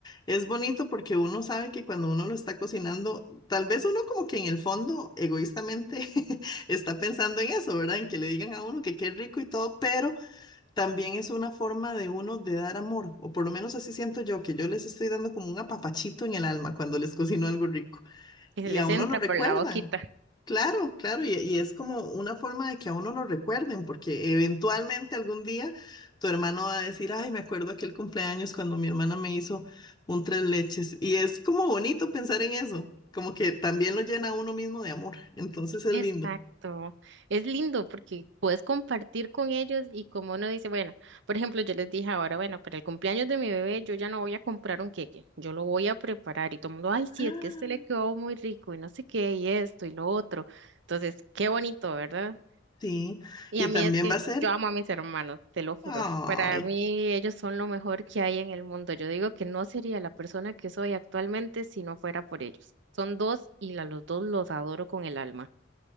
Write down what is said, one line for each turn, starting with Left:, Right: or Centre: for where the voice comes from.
Left: es bonito porque uno sabe que cuando uno lo está cocinando, tal vez uno como que en el fondo, egoístamente, <laughs> está pensando en eso, ¿verdad? En que le digan a uno que qué rico y todo, pero También es una forma de uno de dar amor, o por lo menos así siento yo, que yo les estoy dando como un apapachito en el alma cuando les cocino algo rico
Right: que
Left: y
Right: se les
Left: a uno
Right: entra
Left: lo recuerdan.
Right: por la boquita.
Left: Claro, claro, y, y es como una forma de que a uno lo recuerden, porque eventualmente algún día tu hermano va a decir, ay, me acuerdo aquel cumpleaños cuando mi hermana me hizo un tres leches, y es como bonito pensar en eso, como que también lo llena a uno mismo de amor, entonces es
Right: Exacto.
Left: lindo.
Right: Es lindo porque puedes compartir con ellos y como uno dice, bueno, por ejemplo, yo les dije ahora, bueno, para el cumpleaños de mi bebé yo ya no voy a comprar un queque, yo lo voy a preparar y todo el mundo, ay, sí,
Left: <gasps>
Right: es que este le quedó muy rico y no sé qué y esto y lo otro. Entonces, qué bonito, ¿verdad?
Left: Sí,
Right: Y
Left: y
Right: a mí
Left: también
Right: es que
Left: va a ser,
Right: yo amo a mis hermanos, te lo juro.
Left: ay,
Right: Para mí ellos son lo mejor que hay en el mundo. Yo digo que no sería la persona que soy actualmente si no fuera por ellos. Son dos y a los dos los adoro con el alma.